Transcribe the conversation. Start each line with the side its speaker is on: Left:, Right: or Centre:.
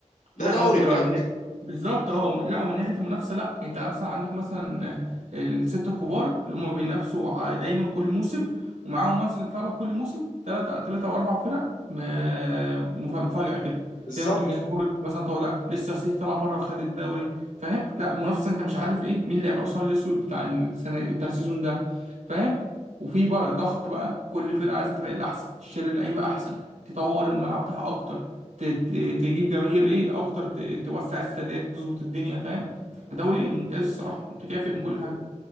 Left: ده
Right: لا
Left: دوري
Right: هو انت
Left: بجد
Right: من بالظبط اهو لا ومن ناحيه المنافسه لا انت مثلا عندك مثلا السته الكبار اللي هم بينافسوا ع- دايما كل موسم ومعاهم مثلا يطلع لك كل موسم ثلاثه ثلاثه او اربع فرق م- مف- مفاجاه كده
Left: بالظبط
Right: تلاقي نوتنجهام فورست مثلا طالع لسه السيتي طالع مره وخد الدوري فاهم لا منافسه انت مش عارف ايه مين اللي هيبقى الحصان الاسود بتاع السنه بتاع السيزون ده فاهم وفي بقى ضغط بقى كل فرقه عايزه تبقى الاحسن تشتري لعيبه احسن تطور الملعب بتاعها اكتر ت- ت- تجيب جماهير ايه اكتر ت- توسع السادات تظبط الدنيا فاهم دوري ممتاز الصراحه متكافئ من كل حاجه